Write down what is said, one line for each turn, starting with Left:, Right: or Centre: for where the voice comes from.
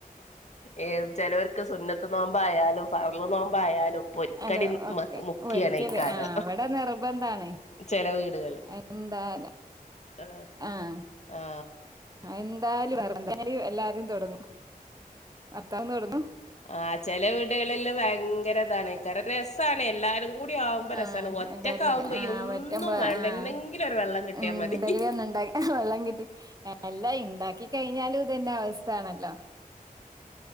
Left: ഏ ചിലവർക്ക് സുന്നത്ത് നോമ്പായാലും ഫർ ള്നോമ്പ ആയാലും പൊരിക്കടി
Right: അല്ല ഒക്കെ
Left: മ മുക്കിയണ്ക്കാരോ
Right: ഒരിക്കല് ആഹ് ഇവിടെ നിർബന്ധാണ്
Left: ചെല വീടുകള്
Right: എന്തായാലും
Left: ആ
Right: ആഹ്
Left: ആ
Right: എന്തായാലും വെറന്തല് എല്ലാരും തുടങ്ങു. ഭർത്താവും തുടങ്ങൂ.
Left: ആ ചെല വീടുകളില് ഭയങ്കര ഇതാണ്ക്കാരും രസാണ് എല്ലാരും കൂടി ആവുമ്പോ
Right: ആഹ്
Left: രസാണ് ഒറ്റക്കാകുമ്പോ
Right: എല്ലാരും കൂടി ആഹ്
Left: ഈ ഒന്നും
Right: പറ്റുമ്പോ
Left: വേണ്ട
Right: ആഹ്
Left: എന്തെങ്കിലും ഒരു വെള്ളം കിട്ടിയാ
Right: എന്തെങ്കിലും
Left: മതി.
Right: ഒന്ന് വെള്ളം കിട്ടി എല്ലാ ഇണ്ടാക്കി കഴിഞ്ഞാലും ഇതന്നെ അവസ്ഥാണല്ലോ.